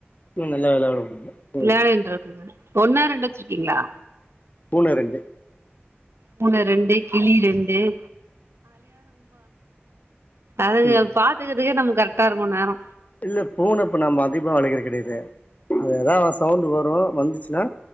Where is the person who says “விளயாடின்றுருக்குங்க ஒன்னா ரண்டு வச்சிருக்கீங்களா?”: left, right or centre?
Right